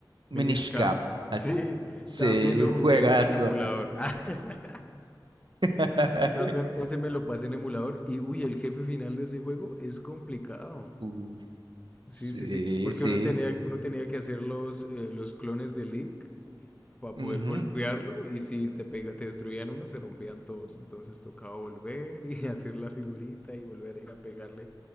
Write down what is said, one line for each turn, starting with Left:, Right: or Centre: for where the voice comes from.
Right: Minish
Left: Minish Cap.
Right: Cap.
Left: <laughs>
Right: As-
Left: Sí,
Right: Sí,
Left: también lo jugué
Right: juegazo.
Left: en emulador. <laughs>
Right: <laughs>
Left: Ah, También ese me lo pasé en emulador y uy, el jefe final de ese juego es complicado.
Right: Uh,
Left: Sí,
Right: sí,
Left: sí, sí, porque
Right: sí.
Left: uno tenía, uno tenía que hacer los, eh, los clones de Link para
Right: Ujú,
Left: poder golpearlo y si te pega, te destruían uno, se rompían todos. Entonces tocaba volver y <laughs> hacer la figurita y volver a ir a pegarle.